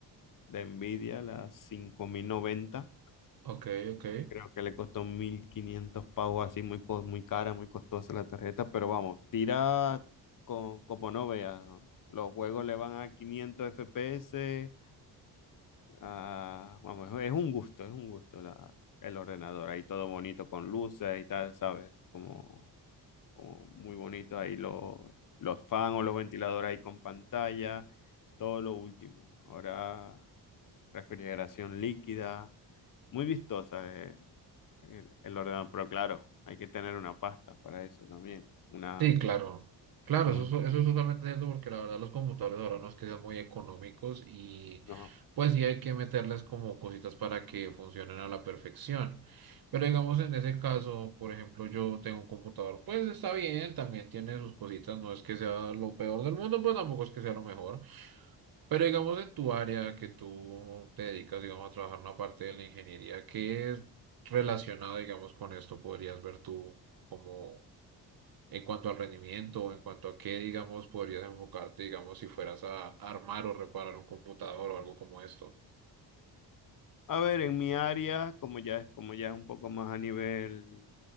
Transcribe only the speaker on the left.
de Nvidia, la 5090.
Creo que le costó 1.500 pavos, así muy, co- muy cara, muy costosa la tarjeta, pero vamos, tira co- como no veas. Los juegos le van a 500 FPS. a- vamos, es un gusto, es un gusto la, el ordenador, ahí todo bonito con luces y tal, ¿sabes? Como... como muy bonito ahí lo- los fans o los ventiladores ahí con pantalla, todo lo último. Ahora refrigeración líquida, muy vistosa eh, el, el ordenador, pero claro, hay que tener una pasta para eso también, una
un-
no.
A ver, en mi área, como ya es como ya es un poco más a nivel